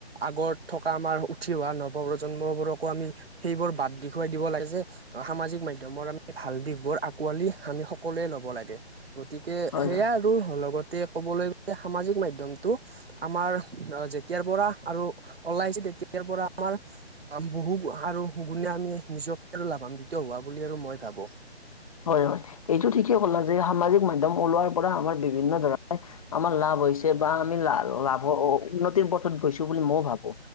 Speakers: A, on the right; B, on the left.
A: আগত থকা আমাৰ উঠি অহা নৱ প্ৰজন্মবোৰকো আমি সেইবোৰ বাদ দেখুৱাই দিব লাগে যে, সামাজিক মাধ্যমৰ আমি ভাল দিশ বোৰ আকোৱালি আমি সকলোৱে ল'ব লাগে, গতিকে
B: হয়
A: সেয়া
B: হয়
A: আৰু লগত তে ক'বলৈ গ'লে সামাজিক মাধ্যমটো আমাৰ যেতিয়াৰ পৰা আৰু ওলাইছে তেতিয়াৰ পৰা আমাৰ বহু আৰু গুণে আমি নিজকে আৰু লাভান্বিত হোৱা বুলি আৰু মই ভাবো।
B: হয় হয় এইটো ঠিকেই কলা যে সামাজিক মাধ্যম ওলোৱাৰ পৰা আমাৰ বিভিন্ন ধৰণে আমাৰ লাভ হৈছে বা আমি লা-লাভৰ উন্নতিৰ পথত গৈছো বুলি ম ভাবো,